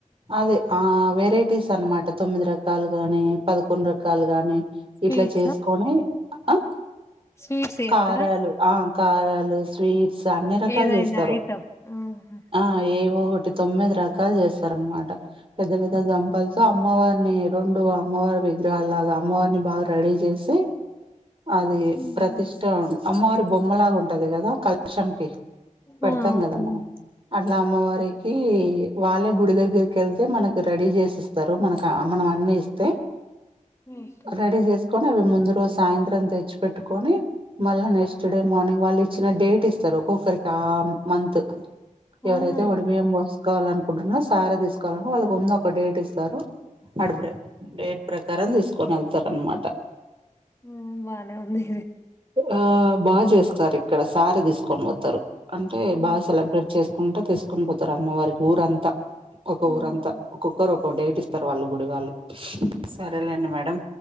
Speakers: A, on the right (about 40°); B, on the left (about 20°).
A: అదే ఆ వెరైటీస్ అనమాట తొమ్మిది రకాలు గాని పదకొండు రకాలు గాని
B: స్వీట్సా
A: ఇట్లా చేసుకొని ఆ
B: స్వీట్స్ చేత్తరా
A: కారాలు ఆ కారాలు స్వీట్స్ అన్ని రకాలు
B: ఏదైనా
A: జేస్తారు
B: ఐటమ్ ఆహా
A: ఆ ఏవొ ఒటి తొమ్మిది రకాలు జేస్సరన్మాట పెద్ద పెద్ద గంప్పల్ తో అమ్మవార్ని రోండు అమ్మవారి విగ్రహాల్ లాగా అమ్మవార్ని బాగా రెడీ జేసి అది
B: ఉహు
A: ప్రతిష్ట ఉన్ అమ్మవారి బొమ్మలాగా ఉంటది గదా కల్షంకి పెడ్తాం
B: ఆ
A: గదా
B: అవును
A: మనం అ ఇలా అమ్మవారికీ వాళ్ళే గుడి దగ్గర్కెళ్తే మనక్ రడీ జేసిస్తారు మనక మనము అని ఇస్తే
B: ఓకే
A: రడీ జెస్ కొని అవి ముందు రోజు సాయింత్రం తెచ్చిపెట్టుకొని మళ్ళ నెస్ట్ డే మార్నింగ్ వాళ్ళు ఇచ్చిన డేట్ ఇస్తారు ఒక్కొక్కరికి ఆ మంత్
B: అవునా
A: ఎవరైతే ఒడిబియ్యం బోస్కోవాలి అనుకుంటున్న సారా దిస్కోవాలనీ వాళ్ళకు ఉంద ఒక డేట్ ఇస్తారు. అడ్ బ్రే డేట్ ప్రకారం దిస్కోని ఎళ్తార్ అన్మాట
B: ఉమ్ బానే ఉంది
A: ఆ బాజేస్తారు ఇక్కడ సారె దిస్కొని బోతారు అంటే
B: ఉమ్,
A: బాసెలబ్రేట్ చేస్ కుంట తీస్కొని పోతారు అమ్మవార్కి ఊరంతా ఒక
B: ఉమ్.
A: ఊరంతా ఒక్కొక్కరు ఒక డేట్ ఇస్తారు వాళ్ళు గుడి వాళ్ళు సరేలేండి మేడం